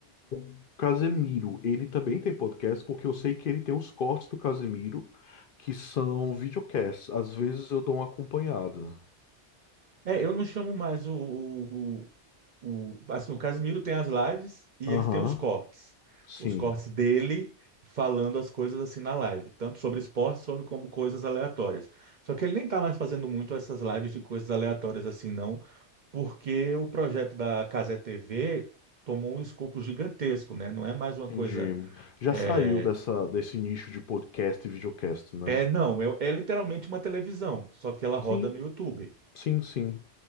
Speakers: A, on the left; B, on the right.
A: o Casemiro, ele também tem podcast, porque eu sei que ele tem os cortes do Casemiro, que são videocasts. Às vezes eu dou uma acompanhada.
B: É, eu não chamo mais o, o, o, o- assim, o Casimiro tem as lives e
A: Aham,
B: ele tem os cortes.
A: sim,
B: Os cortes dele falando as coisas assim na live, tanto sobre esportes sobre- como coisas aleatórias. Só que ele nem tá mais fazendo muito essas lives de coisas aleatórias assim, não, porque o projeto da Casé TV tomou um escopo gigantesco, né? Não é mais uma
A: entendi.
B: coisa.
A: Já
B: É,
A: saiu dessa, desse nicho de podcast e videocast, né?
B: é não, é, é literalmente uma televisão, só que ela roda
A: Sim,
B: no YouTube.
A: sim, sim.